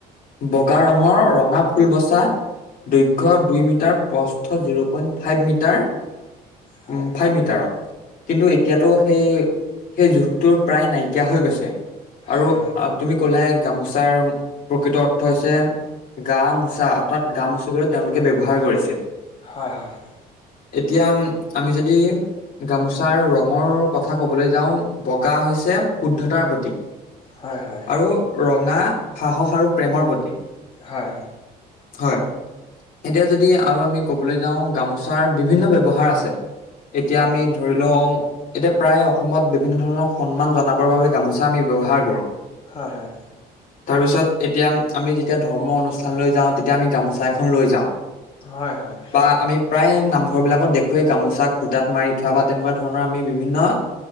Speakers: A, on the left (about 55°); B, on the left (about 35°).
A: বগা ৰঙৰ ৰঙা ফুল বচা দৈৰ্ঘ্য দুই মিটাৰ প্ৰস্থ জিৰ' পইণ্ট ফাইভ মিটাৰ
B: হয় হয়
A: উম ফাইভ মিটাৰত কিন্তু এতিয়াতো সেই সেই জোখটোৰ প্ৰায় নাইকিয়া হৈ গৈছে। আৰু
B: হয় হয় হয়
A: তুমি ক'লাই গামোচাৰ প্ৰকৃত অৰ্থ হৈছে গা -মোচা অৰ্থাৎ গা মুচিবলৈ তেওঁলোকে ব্যৱহাৰ কৰিছিল।
B: হয় হয়
A: এতিয়া আমি যদি গামোচাৰ ৰঙৰ কথা কবলৈ যাওঁ বগা হৈছে শুদ্ধতাৰ প্ৰতীক।
B: হয় হয় সেইটো
A: আৰু
B: হয়
A: ৰঙা সাহস আৰু প্ৰেমৰ প্ৰতীক।
B: হয়।
A: হয় এতিয়া যদি আৰু আমি ক'বলৈ যাওঁ গামোচাৰ বিভিন্ন ব্যৱহাৰ আছে। এতিয়া
B: হয়
A: আমি
B: হয়
A: ধৰি লওঁ এতিয়া প্ৰায় অসমত বিভিন্ন ধৰণৰ সন্মান জনাবৰ বাবে গামোচা আমি ব্যৱহাৰ কৰোঁ।
B: হয়-হয়।
A: তাৰ পিছত এতিয়া আমি যেতিয়া ধৰ্ম অনুষ্ঠানলৈৈ যাওঁ তেতিয়া আমি গামোচা এখন লৈ যাওঁ।
B: হয়-হয়।
A: বা আমি প্ৰায় নামঘৰবিলাকত দেখোৱেই গামোচা খুটাত মাৰি থোৱা বা তেনেকুৱা ধৰণৰ আমি বিভিন্ন